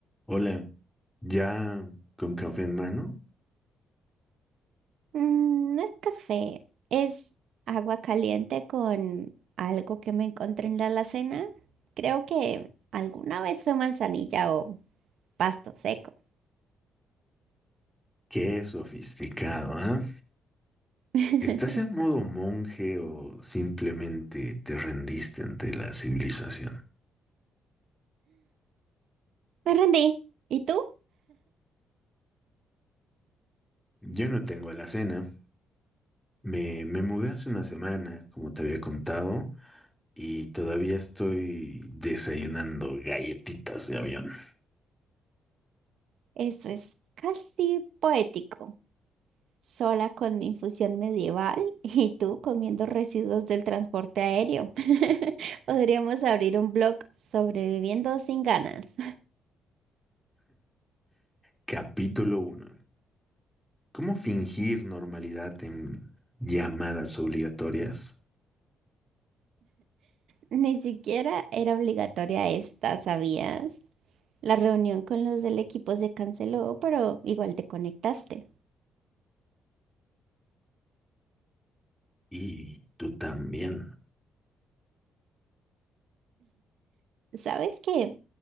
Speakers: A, in the centre; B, on the right (about 70°).
A: Hola, ya con café en mano.
B: Mm, no es café, es agua caliente con algo que me encontré en la alacena. Creo que alguna vez fue manzanilla o pasto seco.
A: Qué sofisticado, ¿ah?
B: <laughs>
A: ¿Estás en modo monje o simplemente te rendiste ante la civilización?
B: Me rendí. ¿Y tú?
A: Yo no tengo alacena. Me, me mudé hace una semana, como te había contado, y todavía estoy desayunando galletitas de avión.
B: Eso es casi poético. Sola con mi infusión medieval <laughs> y tú comiendo residuos del transporte aéreo. <laughs> Podríamos abrir un blog sobreviviendo sin ganas. <laughs>
A: Capítulo uno: ¿Cómo fingir normalidad en llamadas obligatorias?
B: Ni siquiera era obligatoria esta, ¿sabías? La reunión con los del equipo se canceló, pero igual te conectaste.
A: Y tú también.
B: ¿Sabes que